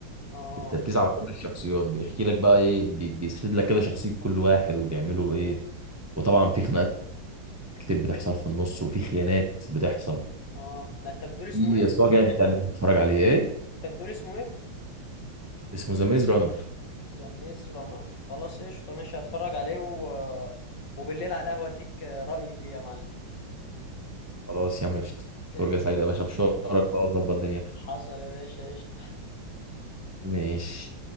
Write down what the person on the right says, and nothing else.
التركيز على كل الشخصيات بيحكي لك بقى ايه بي- بيسرد لك كده شخصيه كل واحد وبيعملوا ايه وطبعا في خناقات كتير بتحصل في النص وفي خيانات بتحصل
في
صراع جامد يعني لازم تتفرج عليه ايه
اسمه ذا ميز رانر
خلاص يا عم قشطة فرجة
سعيدة يا باشا في شهرك بقى وظبط دنيتك
ماشي